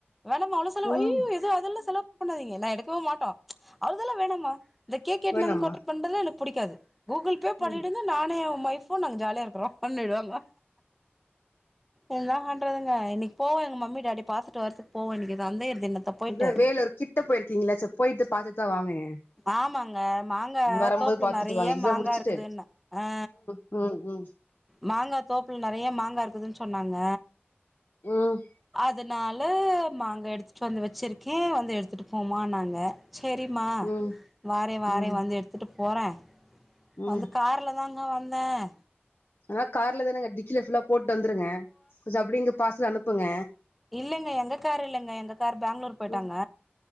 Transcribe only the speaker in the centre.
வேணம்மா அவ்ளோவு செலவு
அய்யோ இது அதுல்ல செலவு பண்ணாதீங்க நா எடுக்கவு மாட்டோம் அவல்தெல்லாம் வேணாமா இந்த கேக் எத்னு
வந்து கோட்ர் பண்றதெலா எனக் புடிக்காது கூகுள் பே பண்ணிடுங்க
நானு என் வைஃப் நாங்க ஜாலியா இருக்றோம் பண்ணிடுங் என்னா பண்றதுங்க இன்னிக் போவோ எங்க மம்மி டாடி பாத்துட்டு வரத்துக்கு போவோ இன்னிக்கு தந்தையர் தினத்த போயிட்டு
ஆமாங்க மாங்கா
தோப்புல
நெறைய
மாங்காய்
இருக்குதுன்ன ஆ
மாங்கா தோப்ல நெறைய மாங்கா இருக்குதுன்னு சொன்னாங்க
அதனால மாங்க எடுத்துட்டு வந்து வச்சுருக்கே வந்து எடுத்துட்டு போமான்னாங்க செரிம்மா
வாரேன் வாரேன்
வந்து எடுத்துட்டு போறேன்
வந்து கார்ல தாங்க வந்தேன்
இல்லங்க எங்க கார் இல்லங்க எங்க கார் பெங்களூர் போயிட்டாங்க